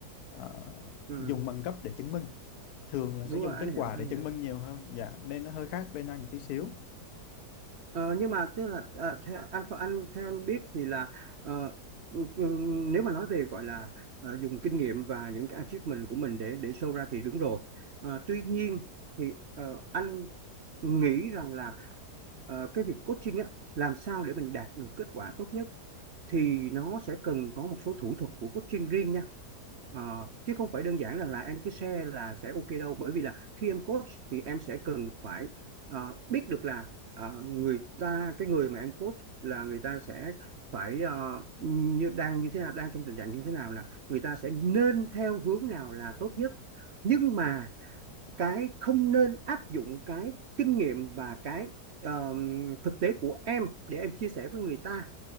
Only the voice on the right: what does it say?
ừ
đúng
rồi
anh
hiểu anh
hiểu
ờ, nhưng mà tức là ờ, theo anh anh theo anh biết thì là ờ, ừ, ừ, nếu mà nói về gọi là ờ, dùng kinh nghiệm và những cái achievement của mình để để show ra thì đúng rồi Ờ, tuy nhiên thì ờ, anh nghĩ rằng là ờ, cái việc coaching á làm sao để mình đạt được kết quả tốt nhất thì nó sẽ cần có một số thủ thuật của coaching riêng nha Ờ, chứ không phải đơn giản rằng là em cứ share là sẽ ok đâu bởi vì là khi em coach thì em sẽ cần phải ờ, biết được là ờ, người ta cái người mà em coach là người ta sẽ phải ờ, như đang như thế nào đang trong tình trạng như thế nào là người ta sẽ nên theo hướng nào là tốt nhất nhưng mà cái không nên áp dụng cái kinh nghiệm và cái ờ, thực tế của em để em chia sẻ với người ta